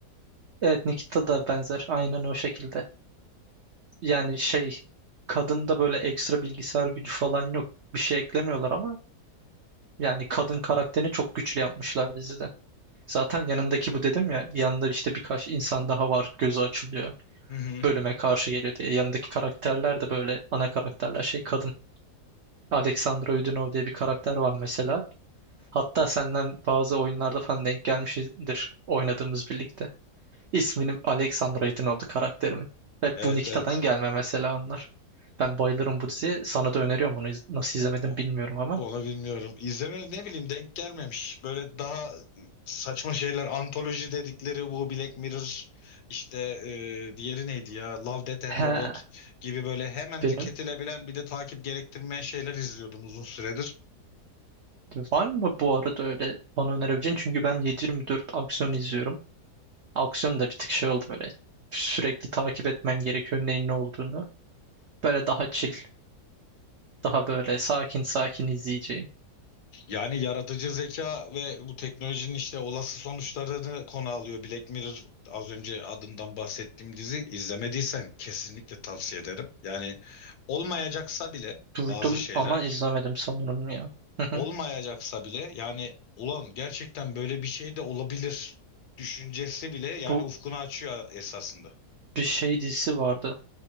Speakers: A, on the right; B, on the left.
A: Evet Nikita da benzer. Aynen o şekilde. yani şey kadında böyle ekstra bilgisayar gücü falan yok. Bir şey eklemiyorlar ama yani kadın karakterini çok güçlü yapmışlar dizide. Zaten yanındaki bu dedim ya yanında işte birkaç insan daha var gözü açılıyor.
B: Hı hı.
A: Bölüme karşı geliyor diye. Yanındaki karakterler de böyle ana karakterler şey kadın. Alexandra Udinov diye bir karakter var mesela. Hatta senden bazı oyunlarda falan denk gelmişizdir oynadığımız birlikte. İsminin Alexandra Aydınoldu karakterimin. Hep
B: Evet
A: bu Nikita'dan
B: evet.
A: gelme mesela onlar. Ben bayılırım bu diziye. Sana da öneriyorum bunu. İz- Nasıl izlemedim
B: O-
A: bilmiyorum ama.
B: Onu bilmiyorum. İzleme ne bileyim denk gelmemiş. Böyle daha saçma şeyler antoloji dedikleri bu Black Mirror işte e, diğeri neydi ya Love, Death and
A: He,
B: Robot gibi böyle hemen
A: benim.
B: tüketilebilen bir de takip gerektirmeyen şeyler izliyordum uzun süredir.
A: Var mı bu arada öyle bana önerebileceğin? Çünkü ben 7 dört aksiyon izliyorum. Aksiyon da bir tık şey oldu böyle. Sürekli takip etmen gerekiyor neyin ne olduğunu. Böyle daha chill. Daha böyle sakin sakin izleyeceğim.
B: Yani yaratıcı zeka ve bu teknolojinin işte olası sonuçlarını konu alıyor. Black Mirror az önce adından bahsettiğim dizi izlemediysen kesinlikle tavsiye ederim. Yani olmayacaksa bile
A: Duydum
B: bazı şeyler
A: ama izlemedim sanırım ya. Hı
B: olmayacaksa
A: hı.
B: bile yani ulan gerçekten böyle bir şey de olabilir düşüncesi bile yani
A: Bu
B: ufkunu açıyor esasında.
A: bir şey dizisi vardı.